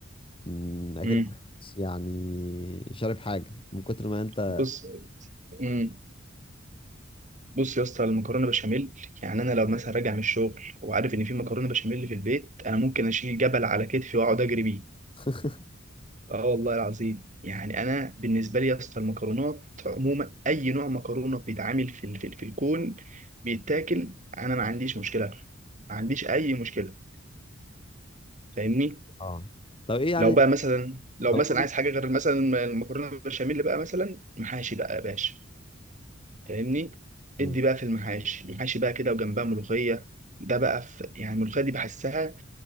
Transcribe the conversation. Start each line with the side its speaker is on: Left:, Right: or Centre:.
Left: أمم، اكنك
Right: مم.
Left: يعني شارب حاجه من كتر ما انت
Right: بص مم. بص يا اسطى المكرونه بشاميل يعني انا لو مثلا راجع من الشغل وعارف ان في مكرونه بشاميل في البيت انا ممكن اشيل جبل على كتفي واقعد اجري بيه
Left: <laughs>
Right: اه والله العظيم يعني انا بالنسبه لي يا اسطى المكرونات عموما اي نوع مكرونه بيتعمل في ال- في, ال- في الكون بيتاكل انا ما عنديش مشكله ما عنديش اي مشكله فاهمني
Left: اه طب ايه يعني
Right: لو بقى مثلا لو
Left: طب
Right: مثلا
Left: قول-
Right: عايز حاجه غير مثلا المكرونه بشاميل بقى مثلا محاشي بقى يا باشا فاهمني
Left: مم.
Right: ادي بقى في المحاشي المحاشي بقى كده وجنبها ملوخيه ده بقى في يعني الملوخيه دي بحسها